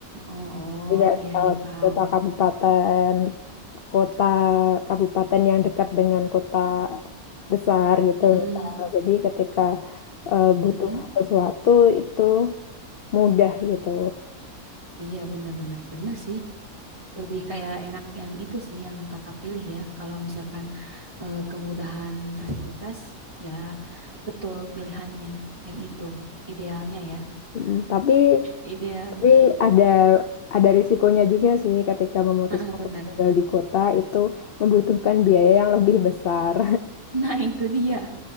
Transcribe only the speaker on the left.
Tidak
kota kabupaten, kota kabupaten yang dekat dengan kota besar gitu.
misal. Jadi ketika eh, butuh
sesuatu itu mudah gitu.
Mm, tapi
tapi ada ada risikonya juga sih ketika memutuskan
untuk tinggal di kota itu membutuhkan biaya yang lebih besar.